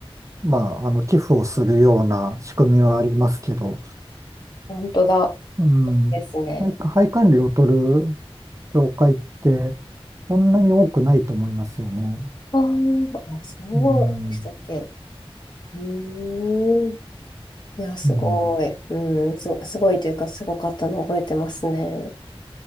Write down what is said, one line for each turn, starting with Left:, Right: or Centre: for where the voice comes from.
Right: まあ、あの、寄付をするような仕組みはありますけど、
Left: 本当だ。
Right: うん。
Left: ですね。
Right: 配管、配管理を取る教会って、そんなに多くないと思いますよね。
Left: あーあ、そうでしたっけ。
Right: うん。
Left: うーん。いや、すごい。
Right: うん。
Left: うん、す、すごいというか、すごかったの覚えてますね。